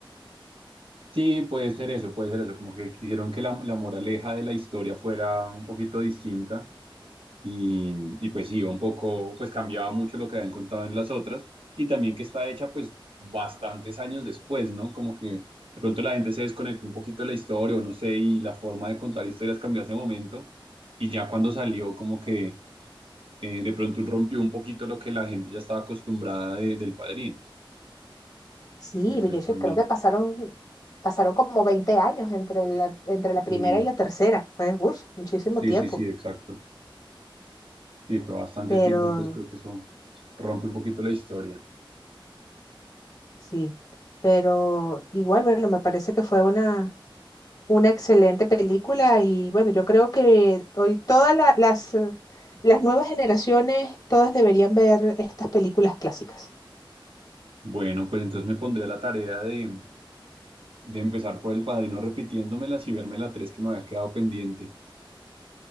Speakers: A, on the right (about 85°); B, on the left (about 45°).
A: Sí, puede ser eso, puede ser eso, como que quisieron que la, la moraleja de la historia fuera un poquito distinta y, y pues iba un poco, pues cambiaba mucho lo que habían contado en las otras y también que está hecha pues bastantes años después, ¿no? Como que de pronto la gente se desconectó un poquito de la historia o no sé, y la forma de contar historias cambió hace momento y ya cuando salió como que eh, de pronto rompió un poquito lo que la gente ya estaba acostumbrada de- del Padrino.
B: Sí,
A: Puede ser
B: yo sé-
A: también.
B: creo que pasaron, pasaron como 20 años entre la, entre la primera
A: Sí,
B: y la tercera. Fue, uff, muchísimo
A: sí,
B: tiempo.
A: sí, sí, exacto. Sí, fue bastante
B: Pero
A: tiempo, entonces creo que eso rompe un poquito la historia.
B: sí, pero igual, bueno, me parece que fue una, una excelente película y bueno, yo creo que hoy todas la- las, eh, las nuevas generaciones, todas deberían ver estas películas clásicas.
A: Bueno, pues entonces me pondré a la tarea de, de empezar por El Padrino repitiéndomelas y verme la tres que me había quedado pendiente.